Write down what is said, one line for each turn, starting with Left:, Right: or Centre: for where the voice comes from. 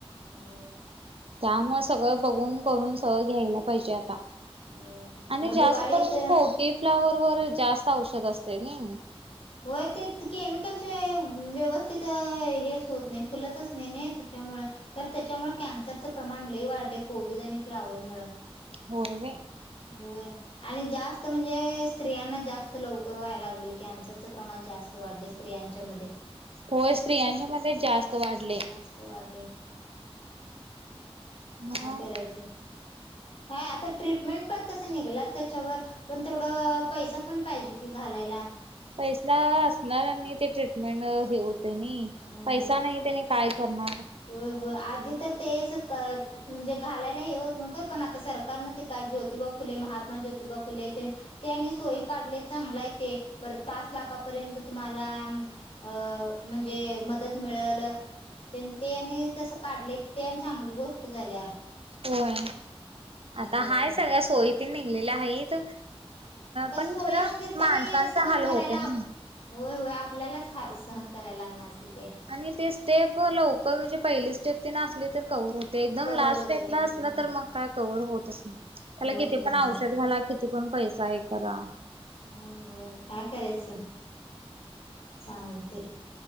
Left: हो
Right: त्यामुळे सगळं बघून करून सगळं घ्यायला पाहिजे आता
Left: होय
Right: आणि
Left: मग
Right: जास्तपर्यंतक
Left: दिवाळीत
Right: बी फ्लावर वर जास्त औषध असते ना
Left: होय ते केमिकलचे व्यवस्थित हेच होत नाही फुलतच नाही नाही त्याच्यामुळ कार त्याच्यामुळे कॅन्सरचं प्रमाण लय वाढले कोबीज आणि फ्लावर मुळ
Right: होय म
Left: होय आणि जास्त म्हणजे स्त्रियांना जास्त लवकर व्हायला लागले कॅन्सरचं प्रमाण जास्त वाढले स्त्रियांच्या मध्ये
Right: हो स्त्रियांच्या मध्ये जास्त वाढले
Left: जास्त वाढले
Right: मग
Left: काय करायचं ह आता ट्रीटमेंट पण तसे निघलात त्याच्यावर पण तेवढं पैसा पण पाहिजे कि घालायला
Right: पैसा असणार आणि ते ट्रीटमेंट हेऊ नी
Left: होय
Right: पैसा नाही त्यानी काय करणार
Left: होय हो आधी तर तेच म्हणजे घालायला हे होत नव्हतं पण आता सरकारनं ते काय ज्योतिबा फुले महात्मा ज्योतिबा फुले ते त्यानी सोय काढले चांगलाय ते परत पाच लाखापर्यंत तुम्हाला अ म्हणजे मदत मिळेल ते आणि तस काढले ते आणि चांगली गोष्ट झाल्या
Right: होय
Left: होय
Right: आता हाय सगळ्या सोयी पी निघलेल्या आहेत पण
Left: सोयी
Right: खर
Left: असली तरी
Right: माणसांचा
Left: सहन
Right: हाल
Left: करायला
Right: होतय ना
Left: होय होय आपल्यालाच ह सहन करायला लागणार कि ते
Right: आणि ते स्टेप लवकर म्हणजे पहिली स्टेप त नसली तर कवर्हवर होते ते एकदम
Left: कवर
Right: लास्ट
Left: होतय
Right: टापला
Left: होय
Right: असलं
Left: होय.
Right: तर मग काय कवर्ह होतच नाही त्याला
Left: होत
Right: किती
Left: नाही
Right: पण
Left: हो
Right: औषध घाला किती पण पैसा आहे करा
Left: हो हो काय करायचं चालते